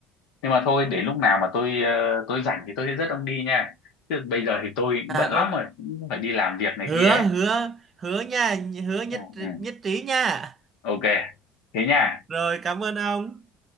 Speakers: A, on the left; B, on the right.
A: nhưng mà thôi để lúc nào mà tôi ờ, tôi rảnh thì tôi sẽ dắt ông đi nha chứ bây giờ thì tôi cũng
B: À
A: bận lắm
B: ok.
A: rồi cũng phải đi làm việc này
B: Hứa
A: kia ấy
B: hứa hứa nha, hứa nhất
A: ừ, ừ.
B: nhất trí nha.
A: ok thế nha
B: Rồi cảm ơn ông.